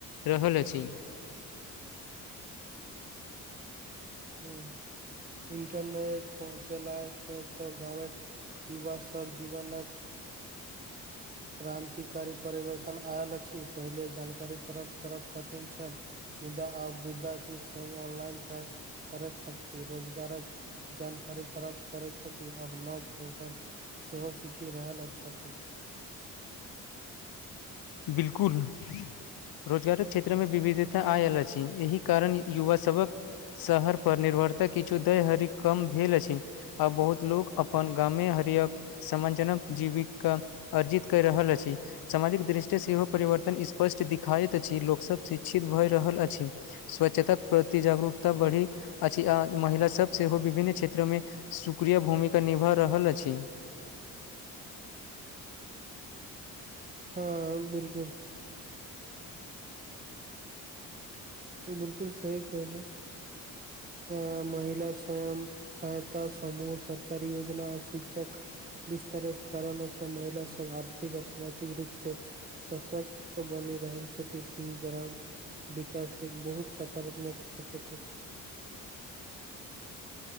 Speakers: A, on the left (about 70°); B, on the right (about 25°).
A: रहल अछि
B: हू इंटरनेट पहुँचेलासँ से तो गांवक युवा सब जीवनक क्रान्तिकारी परिवर्तन आयल अछि पहिले जानकारी प्राप्त करब कठिन छल मुदा आब विद्यार्थी सब ऑनलाइन पढ़ाइ कर सकथि रोजगारक जानकारी प्राप्त करैत छथि आब नव कौशल सेहो सीखि रहल छथि
A: बिल्कुल रोजगारक क्षेत्र मे विविधता आयल अछि एहि कारण युवासभक शहर पर निर्भरता किछु दैहरि कम भेल अछि आ बहुत लोक अपन गामे हरियक सम्मानजनक जीविकिका अर्जित कऽ रहल अछि सामाजिक दृष्टि सेहो परिवर्तन स्पष्ट देखिाइत अछि लोकसभ शिक्षित भऽ रहल अछि स्वच्छता प्रति जागरूकता बढ़ी अछि आ महिलाासभ सेहो विभिन्न क्षेत्रमे सुक्रिय भूमिका निभा रहल अछि
B: हँ बिल्कुल ओ बिल्कुल सही कहलौ अ महिला स्वयं सहायता समूह सरकारी योजना आ शिक्षक विस्तार कारण सब महिला सब आर्थिक आ सामाजिक रूप से सशक्त बनि रहल छथि ई ग्राम विकास एक बहुत सकारात्मक सकत अछि